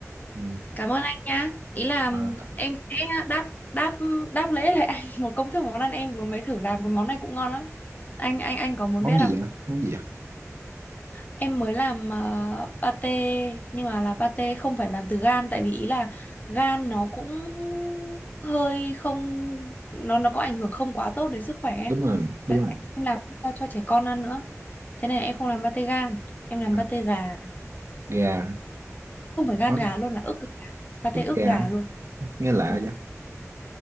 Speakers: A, on the right (about 60°); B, on the left (about 30°).
A: Ừ.
B: Cảm ơn anh nhá. Ý là
A: À,
B: em sẽ đáp đáp đáp lễ lại anh <laughs> một công thức món ăn em vừa mới thử làm cái món này cũng ngon lắm. Anh anh anh có muốn
A: món
B: biết
A: gì
B: không?
A: ạ? Món gì ạ?
B: Em mới làm ờ, pate nhưng mà là pate không phải làm từ gan tại vì ý là gan nó cũng hơi không nó nó có ảnh hưởng không quá tốt đến sức khỏe em.
A: Đúng rồi, đúng
B: Với
A: rồi.
B: lại em làm cho, cho trẻ con ăn nữa. Thế này em không làm pate gan, em làm
A: À,
B: pate gà,
A: gà,
B: không phải gan
A: đó,
B: gà luôn là ức gà, pate
A: ức
B: ức
A: gà
B: gà luôn.
A: nghe lạ
B: Ừ.
A: vậy.